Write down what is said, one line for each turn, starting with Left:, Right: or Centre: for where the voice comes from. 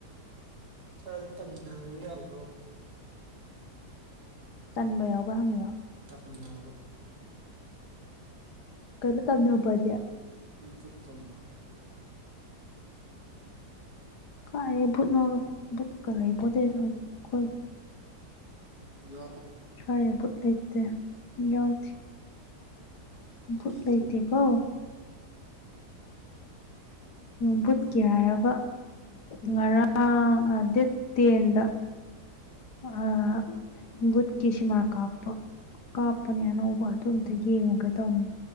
Right: ꯗꯤ ꯇꯝꯅꯕ ꯌꯥꯈ꯭ꯔꯣ
Left: ꯇꯟꯕ ꯌꯥꯎꯕ꯭ꯔꯥ ꯍꯪꯉꯔꯣ
Right: ꯇꯝꯅꯕ
Left: ꯀꯟꯅꯣ ꯇꯝꯅꯕꯅꯕꯗꯤꯦ
Right: <unintelligible>
Left: ꯀꯥꯏꯗꯩꯩ ꯕꯨꯠꯅꯣꯒ ꯕꯨꯠꯀ ꯂꯩꯄꯣꯠꯇꯦꯗ ꯍꯧꯖꯤꯛ ꯑꯩꯈꯣꯏ
Right: ꯌꯣ
Left: ꯁꯋꯥꯏꯗ ꯕꯨꯠ ꯂꯩꯇꯦ ꯌꯥꯎꯗꯦ ꯕꯨꯠ
Right: ꯀꯤꯗꯤ
Left: ꯂꯩꯗꯤꯀꯣ
Right: ꯀꯤꯕ
Left: ꯕꯨꯨꯠꯀꯤ ꯍꯥꯏꯔꯒ ꯉꯔꯥꯡ ꯗꯦꯠ ꯇꯦꯟꯗ ꯑ ꯕꯨꯠꯀꯤꯤꯁꯃꯥ ꯀꯥꯞꯄ ꯀꯥꯞꯄꯅꯦ ꯑꯅꯧꯕ ꯑꯗꯨ ꯑꯝꯇ ꯌꯦꯡꯉꯨꯒꯦ ꯇꯧꯅꯤ